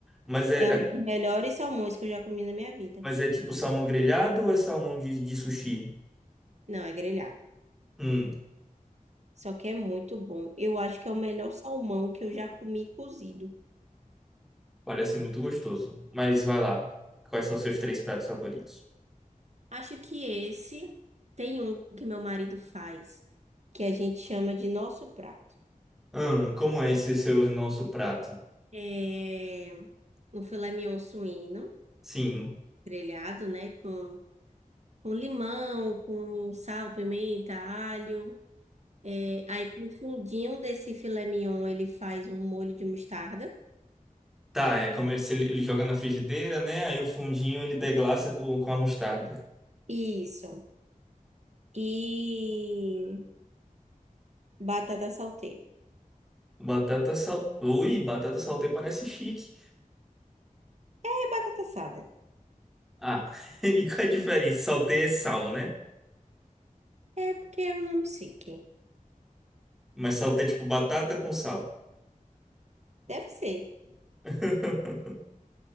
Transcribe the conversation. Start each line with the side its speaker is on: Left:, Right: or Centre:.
Centre: Mas é,
Right: É um dos melhores salmões que eu já comi na minha vida.
Centre: mas é tipo salmão grelhado ou é salmão de, de sushi?
Right: Não, é grelhado.
Centre: Hum.
Right: Só que é muito bom. Eu acho que é o melhor salmão que eu já comi cozido.
Centre: Parece muito gostoso. Mas vai lá. Quais são seus três pratos favoritos?
Right: Acho que esse tem um que meu marido faz, que a gente chama de nosso prato.
Centre: Hum, como é esse seu nosso prato?
Right: É um filé mignon suíno,
Centre: Sim.
Right: grelhado, né? Com, com limão, com sal, pimenta, alho. É, aí com o fundinho desse filé mignon, ele faz um molho de mostarda.
Centre: Tá, é como se ele, ele joga na frigideira, né? Aí o fundinho ele deglaça com, com a mostarda.
Right: Isso. E batata salteira.
Centre: Batata sal... Ui, batata saltei parece chique.
Right: É batata assada.
Centre: Ah, <laughs> e qual é a diferença? Saltei é sal, né?
Right: É porque é um nome chique.
Centre: Mas saltei é tipo batata com sal.
Right: Deve ser.
Centre: <laughs>